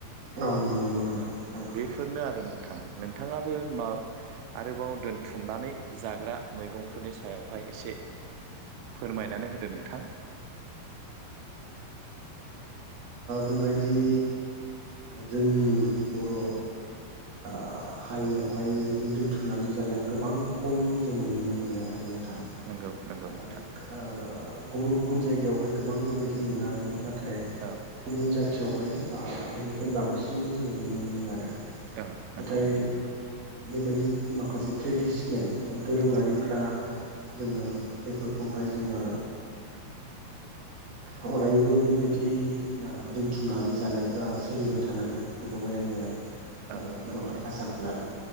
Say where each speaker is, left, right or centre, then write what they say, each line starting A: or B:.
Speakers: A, on the right (about 45°); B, on the right (about 80°).
A: औ नंगौ नंगौ
B: ओ
A: नंगौ
B: बेफोरनो आरो नो नोंथां नोंथाङाबो आरोबाव दोनथुमनानै जाग्रा मैगंफोरनि सायावहाय एसे फोरमायनानै होदो नोंथां
A: बेबायदि जोंनि बर' आ हारियाव बेवहाय बेबायदि दोनथुमनानै जानाया गोबां खम जोङो नुनो मोनो आरो न थां
B: नंगौ नंगौ
A: आगो
B: नोंथां
A: ओ गुबुन गुबुन जायगायावहाय गोबां बेबायदि नुनो हागौ नाथाय
B: औ
A: गुबुन जाथियाव बेवहाय बिनिफ्राय बांसिनखौ जोङो नुनो मोनो आरो
B: औ नंगौ
A: मथाय
B: नोंथां नंगौ
A: बेदि माखासे ट्रेडिसनेल बा दोरोङारिफ्रा
B: औ
A: जोङो बेफोरखौहाय जोङो ओ अरायबो बेबायदि औ दोनथुमनानै जानायफ्रा सोलिबाय थानांगोन बेखौहाय आङो
B: नंगौ
A: गोबांहाय
B: नोंथां
A: आसा खालामो